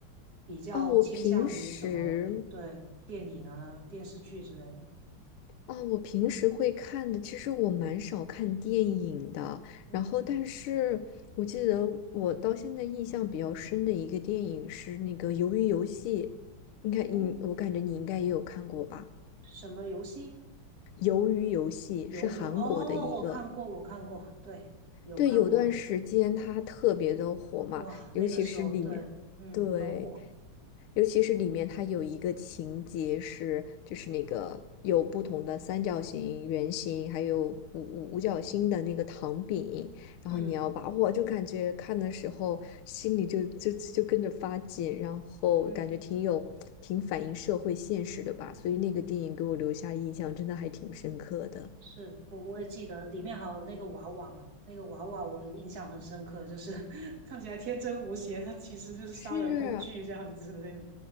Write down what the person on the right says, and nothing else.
比较倾向于什么？
对，电影啊、电视剧之类的。
嗯，
哦，
什么游戏？
鱿鱼哦，我看过，我看过，对，有看过，
哇，
那个时候对，嗯，
很火，
嗯
嗯，
是我我也记得里面还有那个娃娃嘛，那个娃娃我印象很深刻，就是 <laughs> 看起来天真无邪，但其实就是杀人工具这样子的那种，